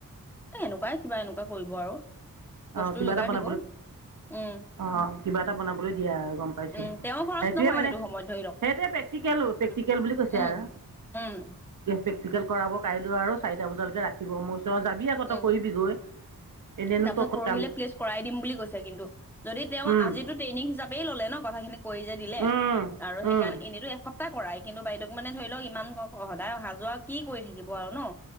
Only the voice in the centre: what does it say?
এ এনেকোৱাই কিবা এনেকোৱা কৰিব আৰু। বস্তু
যোগাৰ
দিব উম।
উম তেওঁৰ খৰচ
নহয়
সেইটো সময়ত ধৰি লওক
উম
উম
উম।
উম
তাৰপিছত
পৰহিলে প্লেচ কৰাই দিম বুলি কৈ কিন্তু যদি
তেওঁ আজিটো ট্ৰেনিইং হিচাপেই ল'লে ন' কথা খি কৰি যে দিলে
আৰু
সেইকাৰণে এনেতো এ সপ্তাই কৰাই কিন্তু বাইদেউক মানে ধৰি লওঁক ইমান সদায় অহা যোৱা কি কৰি থাকিব আৰু ন'